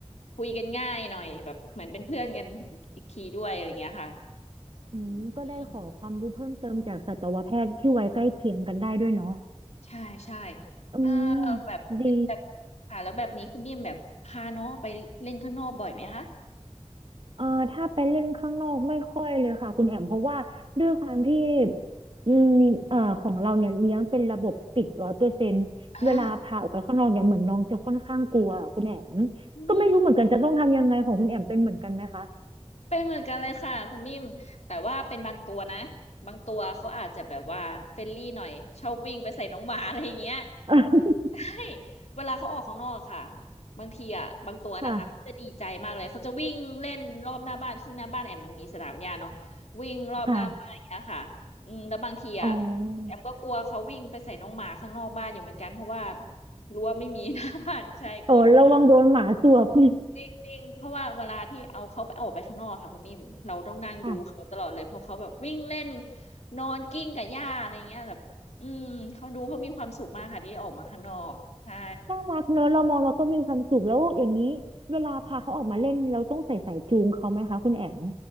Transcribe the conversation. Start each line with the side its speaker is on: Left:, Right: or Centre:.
Left: คุยกันง่ายหน่อยแบบเหมือนเป็นเพื่อนกันอีกทีด้วยอะไรเงี้ยค่ะ
Right: อืม
Left: อื
Right: ก็ได้ขอความรู้เพิ่มเติมจากสัตวแพทย์ที่ไว้ใกล้เคียงกันได้ด้วยเนาะ
Left: มใช่ใช่
Right: อืม
Left: เออแบบแบบค่ะแล้วแบบนี้คุณนิ่มแบบพาน้องไปเล่นข้างนอกบ่อยไหมคะ
Right: ดี เอ่อถ้าไปเล่นข้างนอกไม่ค่อยเลยค่ะคุณแอมเพราะว่าด้วยความที่อืมเอ่อของเราเนี่ยเลี้ยงเป็นระบบปิดร้อยเปอร์เซ็นต์เวลาพาออกไปข้างนอกเนี่ยเหมือนน้องจะค่อนข้างกลัวคุณแอม
Left: อ่าอืม
Right: ก็ไม่รู้เหมือนกันจะต้องทำยังไงของคุณแอมเป็นเหมือนกันไหมคะ
Left: เป็นเหมือนกันเลยค่ะคุณนิ่มแต่ว่าเป็นบางตัวนะบางตัวเขาอาจจะแบบว่าเฟรนลี่หน่อยชอบวิ่งไปใส่น้องหมาอะไรอย่างเงี้ย
Right: <laughs>
Left: ใช่เวลาเขาออกข้างนอกอะค่ะบางทีอ่ะบางตัวนะคะเขาจะดีใจมากเลยเขาจะวิ่งเล่นรอบหน้าบ้านซึ่งหน้าบ้านแอมมันมีสนามหญ้าเนาะ
Right: ค่ะ
Left: วิ่งรอบหน้าบ้านอย่างเงี้ยค่ะอืมแล้วบางทีอ่ะ
Right: ค่ะอ๋อ
Left: แอมก็กลัวเขาวิ่งไปใส่น้องหมาข้างนอกบ้านอยู่เหมือนกันเพราะว่ารั้วไม่มี <laughs> หน้าบ้านใช่กลัวน้อง
Right: โอ้ระวังโดนหมาสวบ <laughs>
Left: จริงๆเพราะว่าเวลาที่เอาเขาไปออกไปข้างนอกค่ะคุณนิ่มเราต้องนั่งดูเขาตลอดเลยเพราะเขาแบบวิ่งเล่น
Right: ค่ะ
Left: นอนกิ้งกับหญ้าอะไรเงี้ยแบบอืมเขาดูเขามีความสุขมากค่ะที่ได้ออกมาข้างนอกใช่
Right: น่ารักเนอะเรามองเราก็มีความสุขแล้วอย่างนี้เวลาพาเขาออกมาเล่นเราต้องใส่สายจูงเขาไหมคะคุณแอม